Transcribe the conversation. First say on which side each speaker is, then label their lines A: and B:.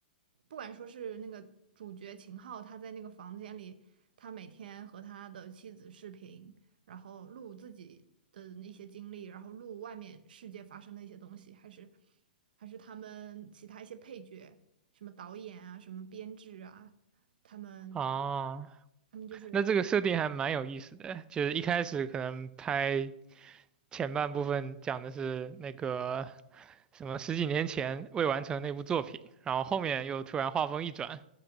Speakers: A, on the right; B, on the right.
A: 不管说是那个主角秦昊，他在那个房间里，他每天和他的妻子视频，然后录自己的一些经历，然后录外面世界发生的一些东西，还是还是他们其他一些配角。什么导演啊，什么编制啊，他们
B: 啊，
A: 他们就是，
B: 那这个设定还蛮有意思的，就是一开始可能拍。前半部分讲的是那个什么十几年前未完成那部作品，然后后面又突然画风一转，